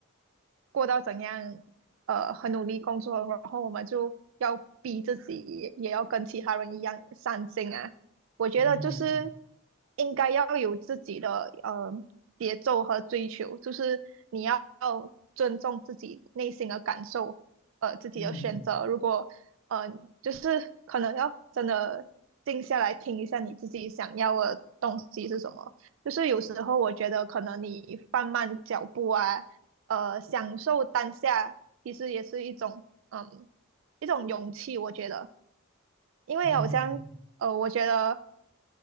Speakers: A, on the right; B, on the left.
A: 过到怎样，呃，很努力工作，然后我们就要逼自己，也要跟其他人一样上进啊。我觉得就是
B: 嗯嗯嗯
A: 应该要有自己的呃节奏和追求，就是你要尊重自己内心的感受，呃，自己的选择。
B: 嗯嗯
A: 如果呃，就是可能要真的静下来听一下你自己想要的东西是什么。就是有时候我觉得可能你放慢脚步啊。呃，享受当下其实也是一种，嗯，一种勇气，我觉得，因为好像，
B: 嗯
A: 呃，我觉得，